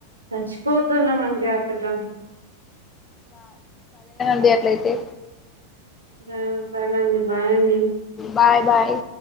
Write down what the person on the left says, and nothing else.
డిట్లాయితే
బాయ్ బాయ్